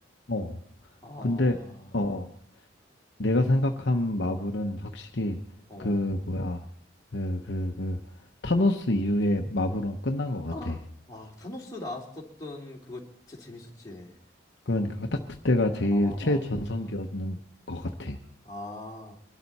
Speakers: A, on the left; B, on the left.
A: 어,
B: 아,
A: 근데, 어, 내가 생각한 마블은 확실히
B: 어.
A: 그, 뭐야, 그, 그, 그, 타노스 이후에 마블은 끝난 것 같아.
B: 아, 아, 타노스 나왔었던 그거 진짜 재밌었지.
A: 그러니까 딱 그때가 제일
B: 어, 어,
A: 최전성기였는
B: 어.
A: 것 같아.
B: 아,